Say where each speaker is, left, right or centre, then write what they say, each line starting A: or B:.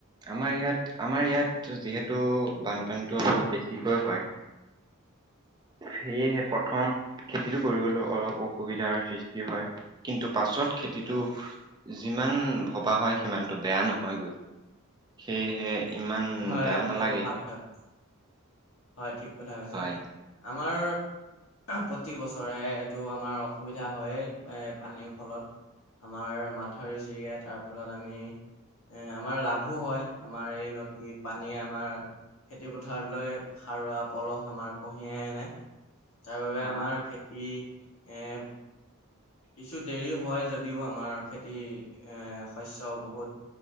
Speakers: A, on the right; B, on the left.
A: আমাৰ ইয়াত আমাৰ ইয়াত যিহেতু বানপানীটো অলপ বেছিকৈ হয়।
B: <inaudible>
A: সেয়েহে প্ৰথম খেতিটো কৰিবলৈ অলপ অসুবিধাৰ সৃষ্টি হয় কিন্তু পাছত খেতিটো
B: হয়।
A: যিমান ভবা হয় সিমানটো বেয়া নহয় গৈ। সেয়েহে ইমান
B: হয়
A: বেয়া
B: আপুনি
A: নালাগে।
B: সেইটো ভাল কথা কৈছে। হয়, ঠিক কথা কৈছে।
A: হয়।
B: আমাৰ প্ৰতি বছৰে এইটো আমাৰ অসুবিধা হয়ে এ, পানীৰ ফলত। আমাৰ মাথাউৰি ছিগে তাৰ ফলত আমি এ, আমাৰ লাভো হয়, আমাৰ এই নদী পানীয়ে আমাৰ খেতি পথাৰলৈ সাৰুৱা পলস আমাৰ কঢ়িয়াই আনে। তাৰ বাবে
A: হয়
B: আমাৰ খেতি এ কিছু দেৰি হয় যদিও আমাৰ খেতি এ, শস্যও বহুত